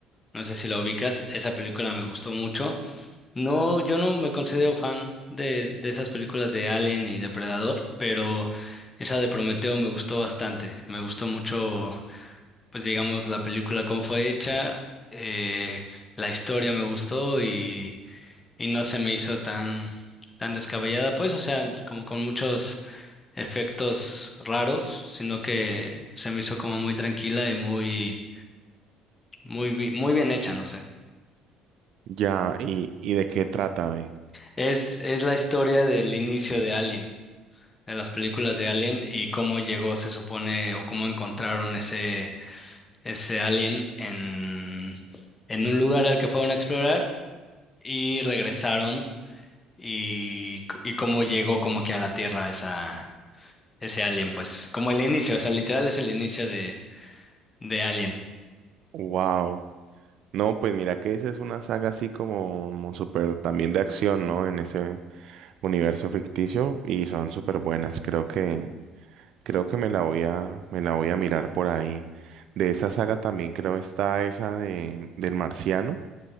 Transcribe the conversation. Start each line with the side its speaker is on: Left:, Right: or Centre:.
Left: No sé si la ubicas. Esa película me gustó mucho. No, yo no me considero fan de, de esas películas de Alien y Depredador, pero esa de Prometeo me gustó bastante. Me gustó mucho, pues digamos, la película cómo fue hecha, eh, la historia me gustó y y no se me hizo tan, tan descabellada, pues, o sea, como con muchos efectos raros, sino que se me hizo como muy tranquila y muy, muy, bi- muy bien hecha, no sé.
Right: Ya, ¿y, y de qué trata, ve?
Left: Es, es la historia del inicio de Alien, de las películas de Alien y cómo llegó, se supone, o cómo encontraron ese, ese alien en, en un lugar al que fueron a explorar y regresaron y, c- y cómo llegó como que a la Tierra esa Ese Alien, pues. Como el inicio, o sea, literal es el inicio de, de Alien.
Right: Wow. No, pues mira que esa es una saga así como, como súper también de acción, ¿no? En ese universo ficticio y son súper buenas. Creo que, creo que me la voy a, me la voy a mirar por ahí. De esa saga también creo está esa de, del marciano,